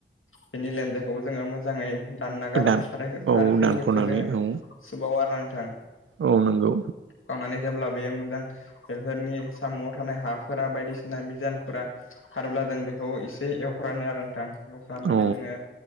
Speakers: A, on the left (about 80°); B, on the right (about 75°).
A: बिनि लेनजाइ खौबो जोङो मोजाङै रानना गारनानै
B: दान
A: आरो
B: औ
A: आरो फिन
B: दानख'नानै
A: खेबसे जोङो
B: औ
A: सुबावो आरो ना नोंथां।
B: औ नंगौ।
A: सुखांनानै जेब्ला बेयो मोजां बेफोरनि साम'आव थानाय हाफ फोरा बायदिसिना बिजानु फोरा खारोब्ला जों बेखौ एसे एवफ्रानो आरो नोंथां। एवफ्रामनानै
B: औ
A: जोङो